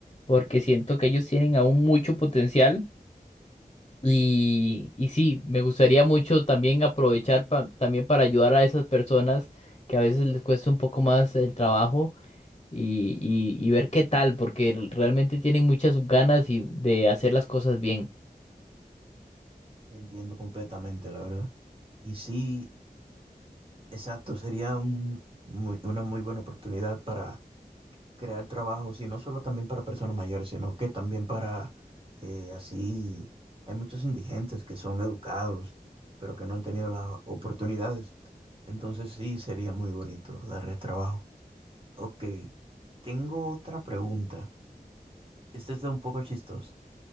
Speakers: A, on the left (about 35°); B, on the right (about 35°).
A: porque siento que ellos tienen aún mucho potencial. Y, y sí, me gustaría mucho también aprovechar pa- también para ayudar a esas personas que a veces les cuesta un poco más el trabajo y, y, y ver qué tal, porque realmente tienen muchas ganas y de hacer las cosas bien.
B: Entiendo completamente, la verdad. Y sí, exacto, sería un, muy- una muy buena oportunidad para crear trabajos y no solo también para personas mayores, sino que también para eh, así, hay muchos indigentes que son educados, pero que no han tenido las oportunidades. Entonces sí, sería muy bonito darles trabajo. Ok, tengo otra pregunta. Esta está un poco chistosa.